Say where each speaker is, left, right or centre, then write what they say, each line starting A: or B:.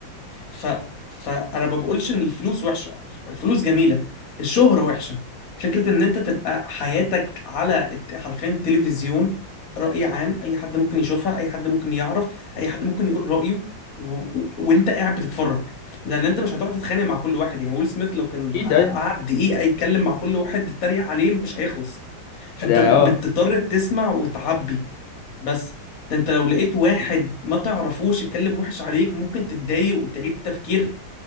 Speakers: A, on the left (about 50°); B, on the left (about 85°).
A: ف... فانا ما بقولش ان الفلوس وحشه الفلوس جميله الشهره وحشه فكره ان انت تبقى حياتك على الت- حرفيا تلفزيون راي عام اي حد ممكن يشوفها اي حد ممكن يعرف اي حد ممكن يقول رايه و... و... وانت قاعد بتتفرج لان انت مش هتقعد تتخانق مع كل واحد يعني ويل سميث لو كان
B: ايه
A: قعد
B: ده
A: دقيقه يتكلم مع كل واحد تتريق عليه مش هيخلص فانت
B: ده
A: بتضطر
B: اه
A: تسمع وتعبي بس ده انت لو لقيت واحد ما تعرفوش يتكلم وحش عليك ممكن تتضايق وتعيد تفكير